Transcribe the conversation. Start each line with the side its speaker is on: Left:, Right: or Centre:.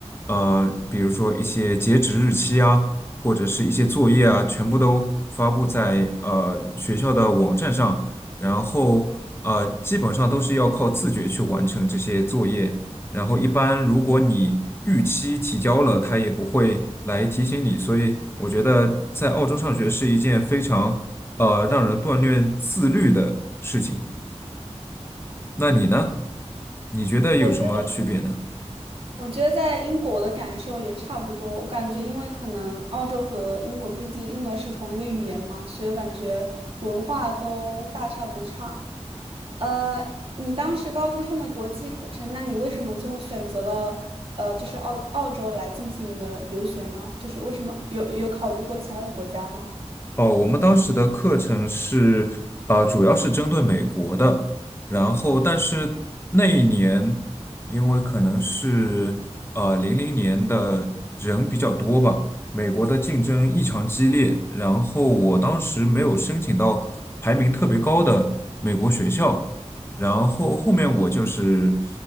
Left: 呃，比如说一些截止日期啊，或者是一些作业啊，全部都发布在呃学校的网站上，然后呃，基本上都是要靠自觉去完成这些作业。然后一般如果你逾期提交了，他也不会来提醒你，所以我觉得在澳洲上学是一件非常呃让人锻炼自律的事情。那你呢？你觉得有什么区别呢？
Right: 我觉得。我觉得在英国的感受也差不多，我感觉因为可能澳洲和英国毕竟用的是同一个语言嘛，所以我感觉文化都大差不差。呃，你当时高中上的国际课程，那你为什么最后选择了呃，就是澳澳洲来进行的留学呢？就是为什么有有考虑过其他的国家吗？
Left: 哦，我们当时的课程是，呃，主要是针对美国的，然后但是那一年，因为可能是呃零零年的人比较多吧，美国的竞争异常激烈，然后我当时没有申请到排名特别高的美国学校，然后后面我就是